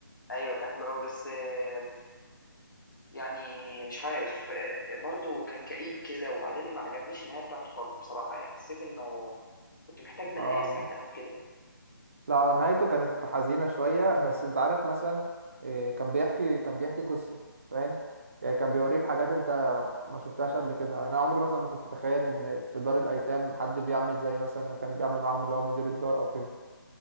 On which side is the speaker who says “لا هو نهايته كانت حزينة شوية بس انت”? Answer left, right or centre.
Right